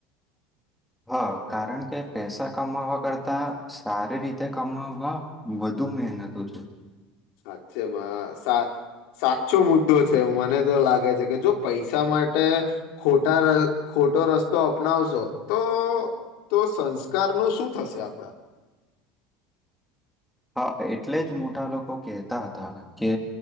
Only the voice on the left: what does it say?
સાચેમાં સા સાચો મુદ્દો છે, મને તો લાગે છે કે જો પૈસા માટે ખોટા ખોટો રસ્તો અપનાવશો તો તો સંસ્કારનું શું થશે આપડા.